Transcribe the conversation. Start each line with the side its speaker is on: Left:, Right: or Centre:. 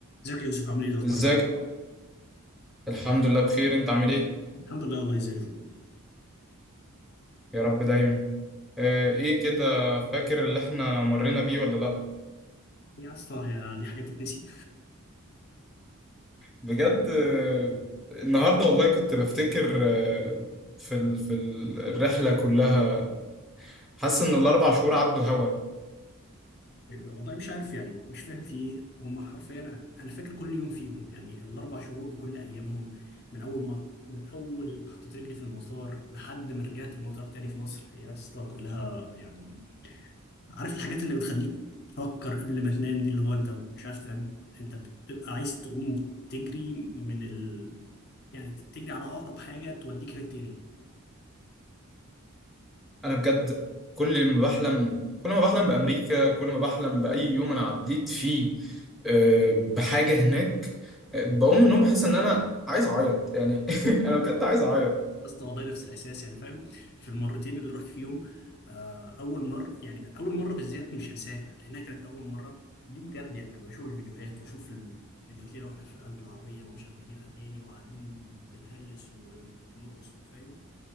Left: ازيك يا يوسف عامل ايه الاخبار
Centre: ازيك
Left: يا ابني؟
Centre: الحمد لله بخير انت عامل ايه
Left: الحمد لله والله زي الفل
Centre: يا رب دايما اه ايه كده فاكر اللي احنا مرينا بيه ولا لا
Left: يا اسطى هي دي حاجه تتنسي
Centre: بجد اه النهارده والله كنت بفتكر اه في ال... في ال- الرحله كلها حاسس ان الاربع شهور عدوا هوا
Left: <laughs> والله مش عارف يعني مش فاهم في ايه هم حرفيا انا أنا فاكر كل يوم فيهم يعني الاربع شهور بكل ايامهم من اول ما من اول ما حطيت رجلي في المطار لحد ما رجعت المطار تاني في مصر يا اسطى كلها يعني عارف الحاجات اللي بتخليك تفكر قبل ما تنام دي اللي هو انت مش عارف تنام انت بتبقى عايز تقوم تجري من ال يعني تجري على اقرب حاجه توديك هناك تاني
Centre: انا بجد كل ما بحلم كل ما بحلم بامريكا كل ما بحلم باي يوم انا عديت فيه اه بحاجه هناك اه بقوم من النوم بحس ان انا عايز اعيط يعني <laughs> انا بجد عايز اعيط
Left: بس والله نفس الاحساس يعني فاهم في المرتين اللي رحت فيهم آه، اول مره يعني اول مره بالذات مش هنساها لانها كانت اول مره دي بجد يعني لما بشوف الفيديوهات واشوف الفيديوهات لينا واحنا في قلب العربيه ومشغلين اغاني وقاعدين بنهلس وبنرقص وفاهم